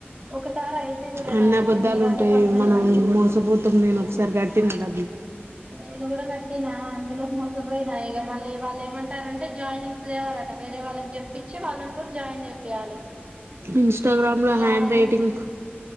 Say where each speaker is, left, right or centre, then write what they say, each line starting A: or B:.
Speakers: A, on the right; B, on the right.
A: ఒకసారి అయింది కూడా
B: అన్ని
A: నాకు
B: అబద్ధాలు
A: మీరాటి
B: ఉంటాయి
A: కంపెనీ
B: మనం
A: అని
B: మోసపోతాం నేను ఒకసారి కట్టిన డబ్బి
A: నేను కూడా కట్టినా అందులో మోసపోయినా ఇగ మళ్ళీ వాళ్ళు ఏమంటారంటే, జాయినింగ్స్ లేేవాలట వేరే వాళ్ళకి చెప్పిచ్చి వాళ్ళని కూడా జాయిన్ చేపియాలి.
B: ఇన్స్టాగ్రామ్లో
A: ఇగ
B: హ్యాండ్
A: అవన్నీ
B: రైటింగ్